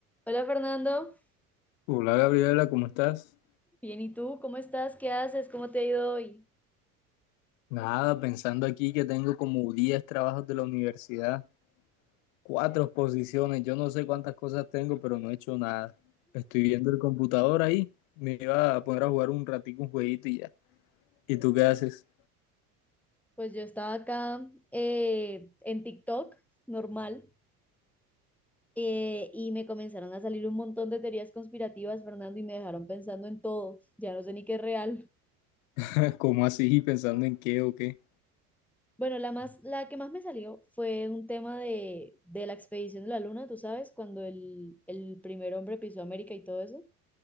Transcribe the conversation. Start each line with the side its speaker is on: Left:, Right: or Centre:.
Centre: Hola Fernando,
Left: Hola Gabriela, ¿cómo estás?
Centre: bien, ¿y tú? ¿Cómo estás? ¿Qué haces? ¿Cómo te ha ido hoy?
Left: Nada, pensando aquí que tengo como 10 trabajos de la universidad, cuatro exposiciones, yo no sé cuántas cosas tengo, pero no he hecho nada. Estoy viendo el computador ahí, me iba a poner a jugar un ratico un jueguito y ya. ¿Y tú qué haces?
Centre: Pues yo estaba acá eh, en TikTok, normal, eh, y me comenzaron a salir un montón de teorías conspirativas, Fernando, y me dejaron pensando en todo, ya no sé ni qué es real.
Left: <laughs> ¿Cómo así? ¿Pensando en qué o qué?
Centre: Bueno, la más, la que más me salió fue un tema de, de la expedición de la Luna, tú sabes, cuando el, el primer hombre pisó América y todo eso.